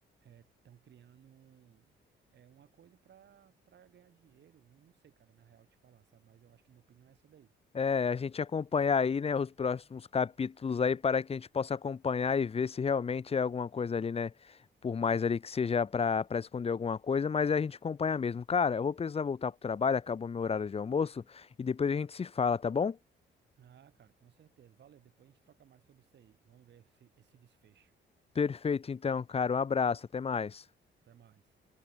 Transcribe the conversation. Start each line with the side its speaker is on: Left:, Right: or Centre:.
Right: estão criando um- é uma coisa para para ganhar dinheiro. Não, não sei, cara, na real te falar, sabe? Mas eu acho que minha opinião é essa daí.
Left: É, a gente acompanhar aí, né, os próximos capítulos aí para que a gente possa acompanhar e ver se realmente é alguma coisa ali, né, por mais ali que seja para para esconder alguma coisa, mas a gente acompanha mesmo. Cara, eu vou precisar voltar pro trabalho, acabou meu horário de almoço e depois a gente se fala, tá bom?
Right: Ah, cara, com certeza. Valeu. Depois a gente troca mais sobre isso aí. Vamos ver esse, esse desfecho.
Left: Perfeito, então, cara, um abraço, até mais.
Right: Até mais.